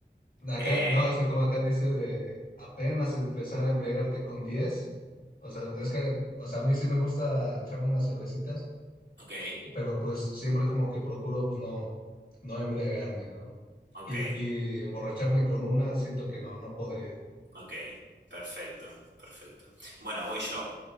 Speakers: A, on the left (about 55°); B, on the right (about 85°).
A: Acá,
B: Eh,
A: no, es que como acá dice de apenas empezar a embriagarte con 10, o sea, es que, o sea, a mí sí me gusta echarme unas cervecitas,
B: ok,
A: pero pues siempre como que procuro pues no, no embriagarme, ¿no?
B: ok,
A: Y, y emborracharme con una siento que no, no podría.
B: ok, perfecto, perfecto. Bueno, voy yo.